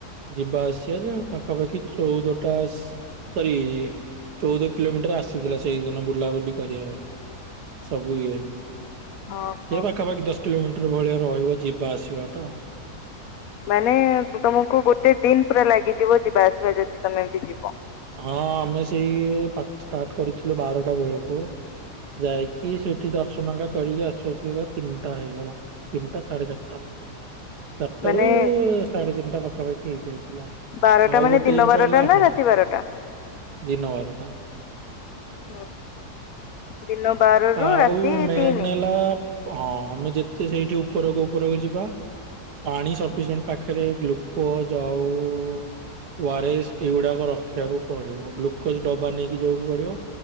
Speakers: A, on the right; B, on the left.
A: ଯିବା ଆସିବା ଯେ ପାଖାପାଖି ଚଉଦଟା ସରି ଚଉଦ କିଲୋମିଟର ଆସିଥିଲା ସେଇଦିନ ବୁଲାବୁଲି କରିବା। ସବୁଏ
B: ହଁ ହଁ।
A: ସେ ପାଖାପାଖି ଦଶ କିଲୋମିଟର ଭଳିଆ ରହିବ ଯିବା ଆସିବାଟା
B: ମାନେ ତମକୁ ଗୋଟେ ଦିନ ପୁରା ଲାଗିଯିବ ଯିବା ଆସିବା ଯଦି ତମେ ଏମତି ଯିବ
A: ହଁ ଆମେ ସେଇ ଷ୍ଟାର୍ଟ କରିଥିଲୁ ବାରଟା ବେଳକୁ ଯାଇ କି ସେଇଠି ଦର୍ଶନକାା କରିକି ଆସୁ ଆସିବା ତିନିଟା ହେଇଗଲା ତିନିଟା ସାଢେ ଚାରିଟା ଚାରିଟାରୁ
B: ମାନେ
A: ସାଢେ ତିନିଟା ପାଖାପାଖି ହେଇଯାଇଥିଲା
B: ବାରଟା
A: ଆଉ
B: ମାନେ
A: ଗୋଟେ
B: ଦିନ
A: ଜିନିଷ
B: ବାରଟା
A: ହେଲା ହଁ
B: <unintelligible>
A: ଦିନ ବାରଟା
B: ହୁଁ ହୁଁ ଦିନ ବାର ରୁ
A: ଆଉ
B: ରାତି
A: ମେନ୍
B: ତିନି।
A: ହେଲା ହଁ ଆମେ ଯେତେ ସେଇଠି ଉପରକୁ ଉପରକୁ ଯିବା ପାଣି ସଫିସିଏଣ୍ଟ ପାଖରେ ଗ୍ଲୁକୋଜ ଆଉ ଏଇଗୁଡାକ ରଖିବାକୁ ପଡିବ ଗ୍ଲୁକୋଜ ଡବା ନେଇକି ଯିବାକୁ ପଡିବ